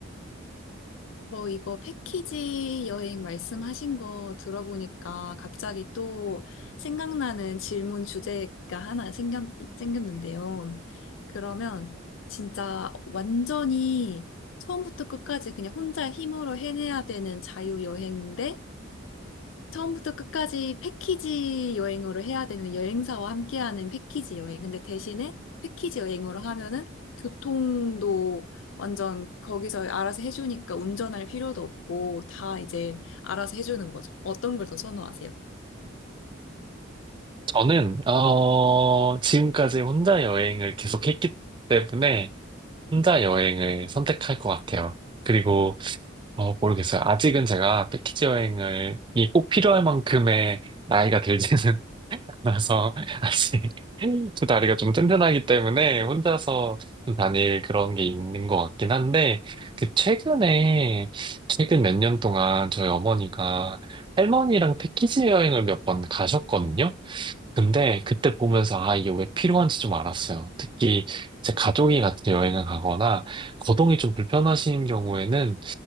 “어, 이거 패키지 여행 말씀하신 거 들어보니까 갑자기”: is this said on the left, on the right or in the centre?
Left